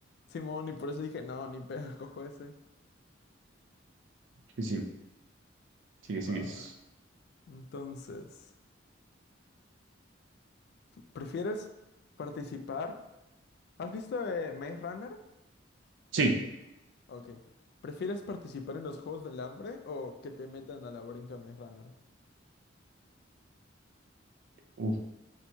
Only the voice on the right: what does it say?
Sí, sí, sigue,
sigue. es-
Sí,
uf,